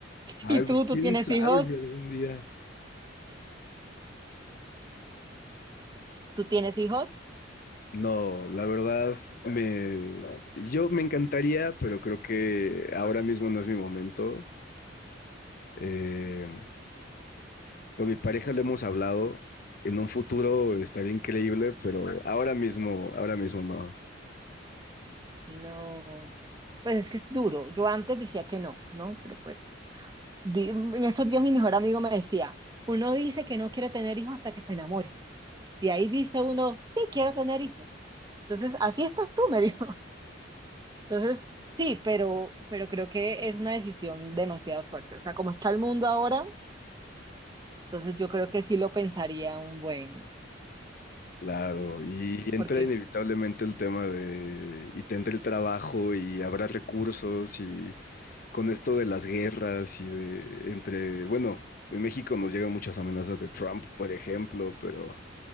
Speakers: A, on the left; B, on the right.
A: Ay,
B: ¿Y tú,
A: pues quién
B: tú tienes
A: sabe
B: hijos?
A: si algún día.
B: ¿Tú tienes hijos?
A: No, la verdad, me, yo me encantaría, pero creo que ahora mismo no es mi momento. Eh, con mi pareja le hemos hablado. En un futuro estaría increíble, pero ahora mismo, ahora mismo no.
B: No. Pues es que es duro. Yo antes decía que no, ¿no? Pero pues di- en estos días mi mejor amigo me decía, uno dice que no quiere tener hijos hasta que se enamora. Y ahí dice uno, sí, quiero tener hijos. Entonces, así estás tú, me dijo. <laughs> Entonces, sí, pero, pero creo que es una decisión demasiado fuerte. O sea, como está el mundo ahora, entonces yo creo que sí lo pensaría un buen,
A: Claro, y entra
B: porque...
A: inevitablemente el tema de, y tendré el trabajo y habrá recursos y con esto de las guerras y de, entre, bueno, en México nos llegan muchas amenazas de Trump, por ejemplo, pero